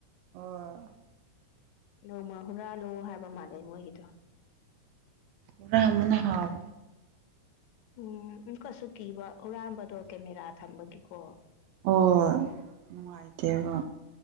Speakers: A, on the right (about 85°); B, on the left (about 75°).
A: ꯑꯍꯣꯏ
B: ꯅꯣꯡꯃ ꯍꯨꯔꯥꯜꯂꯨ ꯍꯥꯏꯕ ꯃꯥꯜꯂꯦ ꯃꯣꯏꯒꯤꯗꯣ
A: ꯍꯨꯔꯥꯟꯕꯅ ꯍꯥꯥꯎ
B: ꯎꯝ ꯎꯝꯀꯁꯨ ꯀꯤꯕ ꯍꯨꯔꯥꯟꯕꯗꯣ ꯀꯦꯃꯦꯔꯥ ꯊꯝꯕꯒꯤꯀꯣ
A: ꯑꯣ ꯅꯨꯡꯉꯥꯏꯇꯦꯕ